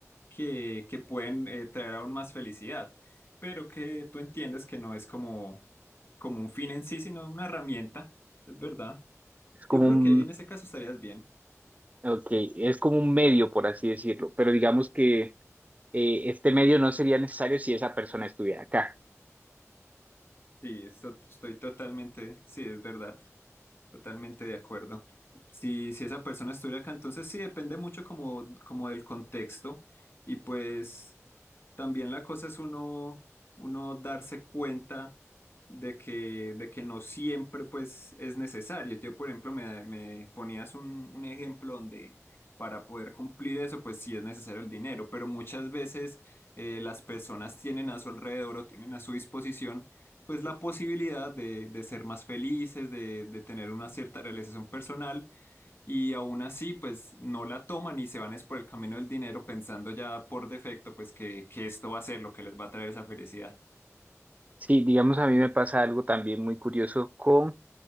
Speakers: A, on the left (about 50°); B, on the right (about 30°).
A: que, que pueden eh, traer aún más felicidad, pero que tú entiendes que no es como, como un fin en sí, sino una herramienta, es verdad.
B: Es como
A: Yo creo
B: un,
A: que ahí en ese caso estarías bien.
B: okay, es como un medio, por así decirlo, pero digamos que eh, este medio no sería necesario si esa persona estuviera acá.
A: Sí, esto- estoy totalmente, sí, es verdad, totalmente de acuerdo. Si, si esa persona estuviera acá, entonces sí, depende mucho como, como del contexto y pues también la cosa es uno, uno darse cuenta de que, de que no siempre pues es necesario. Yo, por ejemplo, me, me ponías un, un ejemplo donde para poder cumplir eso, pues sí es necesario el dinero, pero muchas veces eh, las personas tienen a su alrededor o tienen a su disposición pues la posibilidad de, de ser más felices, de, de tener una cierta realización personal y aún así, pues no la toman y se van es por el camino del dinero pensando ya por defecto, pues que, que esto va a ser lo que les va a traer esa felicidad.
B: Sí, digamos, a mí me pasa algo también muy curioso con